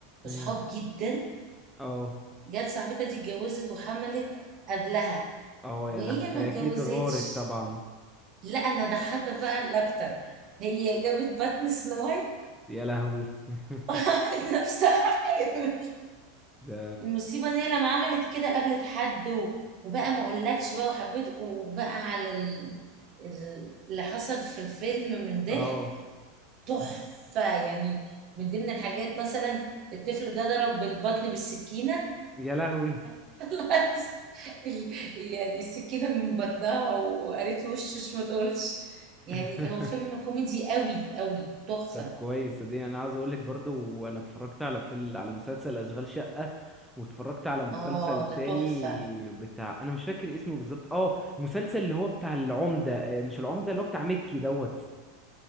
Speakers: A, in the centre; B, on the right.
A: مم.
B: اصحاب جدا
A: أه
B: جت صاحبتها دي اتجوزت وحملت قبلها
A: أه
B: وهي
A: يا لهوي فهي
B: ما اتجوزتش
A: أكيد غارت طبعا
B: لا انا ضحكت بقى الاكتر هي جابت بطن سنو وايت
A: يا لهوي <laughs>
B: <laughs> وعملت نفسها حامل.
A: ده
B: المصيبه ان هي لما عملت كده قابلت حد و... وبقى ما اقولكش بقى وحبيت وبقى على ال... ال- اللي حصل في الفيلم من ضحك
A: أه
B: تحفه يعني من ضمن الحاجات مثلا الطفل جه ضرب بالبطن بالسكينه
A: يا لهوي
B: <laughs> طلعت ال- يعني السكينة من بطنها وقالت له وشش ما تقولش يعني
A: <laughs>
B: هو فيلم كوميدي قوي قوي تحفة
A: طب كويس صدقني انا عاوز اقولك برضو انا اتفرجت على فيلم على مسلسل اشغال شقة واتفرجت على مسلسل
B: اه ده
A: تاني
B: تحفة
A: بتاع انا مش فاكر اسمه بالظبط اه مسلسل اللي هو بتاع العمدة آه، مش العمدة اللي هو بتاع مكي دوت